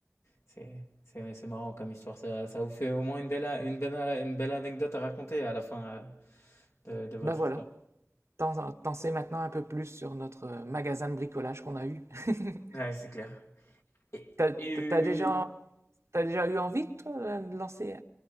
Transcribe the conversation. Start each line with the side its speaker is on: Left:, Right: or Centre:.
Left: C'est, c'est, c'est marrant comme histoire. Ça, ça vous fait au moins une belle, a- une belle, a- une belle anecdote à raconter à la fin euh, de, de votre
Right: Ben voilà,
Left: histoire.
Right: t'en t'en sais maintenant un peu plus sur notre euh, magasin de bricolage qu'on a eu. <laughs>
Left: Ouais, c'est clair. Et,
Right: T'as,
Left: et-
Right: t'as déjà, t'as déjà eu envie, toi, de lancer